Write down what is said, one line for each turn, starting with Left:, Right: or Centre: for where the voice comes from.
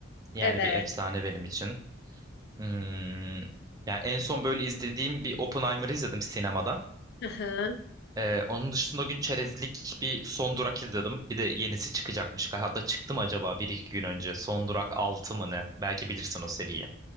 Right: yani
Left: evet.
Right: bir efsane benim için. Hmm. Yani en son böyle izlediğim bir Oppenheimer'ı izledim sinemada.
Left: Hı hı.
Right: Ee, onun dışında o gün çerezlik bir Son Durak izledim. Bir de yenisi çıkacakmış. Hatta çıktı mı acaba bir iki gün önce? Son Durak 6 mı ne? Belki bilirsin o seriyi.